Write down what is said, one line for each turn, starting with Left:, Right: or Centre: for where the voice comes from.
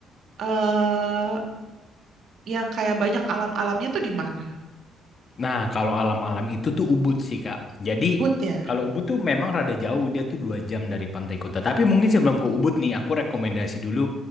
Right: eh yang kayak banyak alam-alamnya tuh di mana?
Left: Nah, kalau alam-alam itu tuh Ubud sih, Kak. Jadi,
Right: Ubud ya?
Left: kalau Ubud tuh memang rada jauh, dia tuh dua jam dari pantai kota. Tapi mungkin sebelum ke Ubud nih, aku rekomendasi dulu